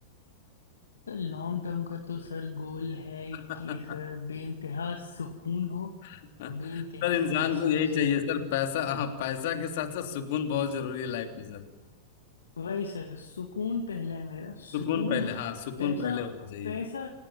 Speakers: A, on the left (about 75°); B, on the left (about 55°).
A: सर लॉन्ग टर्म का तो सर गोल है
B: आपका
A: कि सर
B: <laughs>
A: बेइंतहा सुकून हो
B: सर
A: और बेइंतहा
B: इंसान
A: पैसा
B: को यही
A: हो
B: चाहिए
A: सर
B: सर पैसा हाँ पैसा के साथ साथ सुकून बहुत जरूरी है लाइफ में सर
A: वही सर सुकून पहला है मेरा सुकून
B: सुकून पहले
A: हो
B: हाँ सुकून
A: पैसा
B: पहले होना चाहिए
A: पैसा